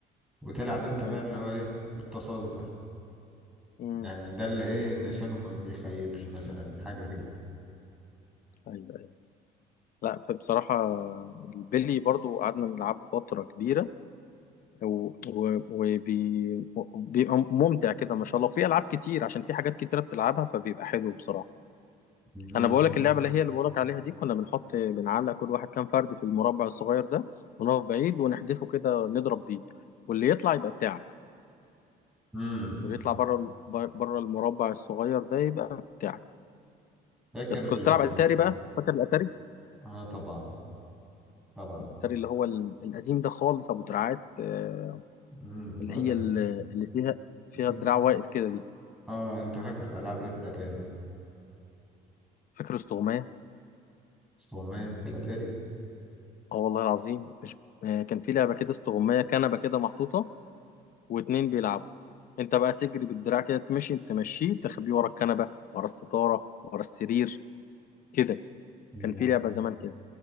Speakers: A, in the centre; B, on the left (about 55°).
A: وتلعب انت بقى
B: ايوه
A: اللي هو ايه بالتصاص ده
B: امم
A: يعني ده اللي ايه النشانه ما بيخيبش مثلا حاجة كده
B: ايوه أيوة. لا فبصراحة البلي برضو قعدنا نلعبه فترة كبيرة و- و- وبي- وبيبقى ممتع كده ما شاء الله في ألعاب كتير عشان في حاجات كتيرة بتلعبها فبيبقى حلو بصراحة
A: مهم.
B: أنا بقولك اللعبة اللي هي اللي بقولك عليها دي كنا بنحط بنعلق كل واحد كام فرد في المربع الصغير ده ونقف بعيد ونحدفه كده نضرب بيه واللي يطلع يبقى بتاعك
A: مم.
B: واللي يطلع بره ال- بر- بره المربع الصغير ده يبقى بتاعك
A: فاكر
B: بس كنت
A: ال...
B: بتلعب أتاري بقى فاكر الأتاري؟
A: اه طبعا طبعا
B: الأتاري اللي هو ال- القديم ده خالص أبو دراعات آه،
A: مم.
B: اللي
A: طب انت
B: هي
A: كنت-
B: ال- اللي فيها فيها
A: انت-
B: دراع واقف كده دي
A: اه انت فاكر العاب ايه في الاتاري؟
B: فاكر استغماية
A: استغماية في الاتاري؟
B: اه والله العظيم مش آه، كان في لعبة كده استغماية كنبة كده محطوطة واتنين بيلعبوا انت بقى تجري بالدراع كده تمشي تمشيه تخبيه ورا الكنبة ورا الستارة ورا السرير كده
A: لا
B: كان في لعبة زمان كده